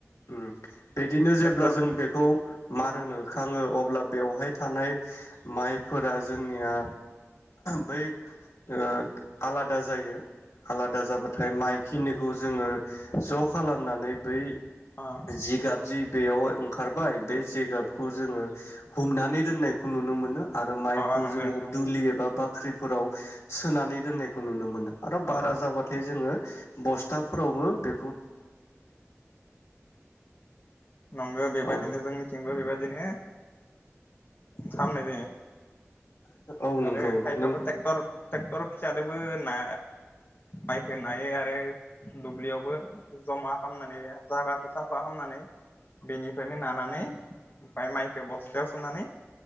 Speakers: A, on the left; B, on the left.
A: उम बिदिनो
B: ट्रेक्टर
A: जेब्ला जों बेखौ मा रोन होखाङो अब्ला बेवहाय थानाय माइफोरा जोंनिया बै ओ आलादा जायो आलादा जाबाथाय माइखिनि खौ जोङो ज' खाला नानै बै
B: अ
A: जिगाब जि बेयाव ओंखारबाय बे जिगाबखौ जोङो हुंनानै दोननायखौ नुनो मोनो आरो माइखौ
B: अ नंगौ
A: जोङो
B: नोंथां
A: दुलि एबा बा ख्रिफोराव सोनानै दोननायखौ नुनो मोनो। आरो बारा
B: अ
A: जाबाथाय जोङो बस्थाफोरावबो बे
B: नंगौ बेबायदिनो
A: औ
B: जोंनिथिंबो बेबायदिनो खामनाय जायो।
A: औ
B: आरो
A: नंगौ
B: खायफाबा
A: नों
B: ट्रेक्टर ट्रेक्टर। फिसादोबो ना माइखौ नायो आरो दुब्लियावबो जमा खालामनानै जागाखौ साफा खालामनानै बेनिफ्रायनो नानानै ओमफाय माइखौ बस्थायाव सोनानै